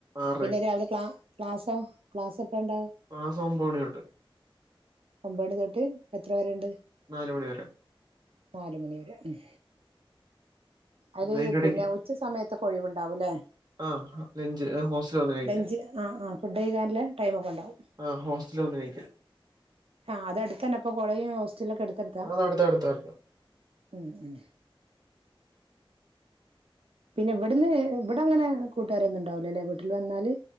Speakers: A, on the right; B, on the right.
A: ആറരയ്ക്ക്
B: പിന്നെ രാവിലെ ക്ലാ ക്ലാസോ? ക്ലാസ് എപ്പഴാ ഇണ്ടാവ
A: ക്ലാസ് ഒമ്പത് മണി തൊട്ട്.
B: ഒമ്പണി തൊട്ട് എത്ര വരെണ്ട്?
A: നാല് മണി വരെ.
B: നാല് മണിവരെ ഉം അയില്
A: അതിന്റെ ഇടയ്ക്ക്
B: പിന്നെ ഉച്ച സമയ ത്തൊക്കെ ഒഴിവുണ്ടാവും ല്ലേ?
A: ആഹ് ലഞ്ച് ഹോസ്റ്റല് വന്ന് കഴിക്കാ
B: ലഞ്ച് ആഹ് ആഹ് ഫുഡ് കഴിക്കാനില്ലേ ടൈമൊക്കെ ഉണ്ടാവും
A: ആ ഹോസ്റ്റല് വന്ന് കഴിക്കാ.
B: ആഹ് അത് അടുത്ത് തന്നെ അപ്പോ കോളേജും ഹോസ് ക്കെ എടുത്തെടുത്താ
A: അത് അടുത്ത അടുത്ത അടുത്ത
B: ഉ ഉ പിന്നെ ഇവിടെന്ന് ഇവിടെ അങ്ങനെ കൂട്ടുകാരൊന്നുംണ്ടാവലോ അല്ലെ വീട്ടിൽ വന്നാല്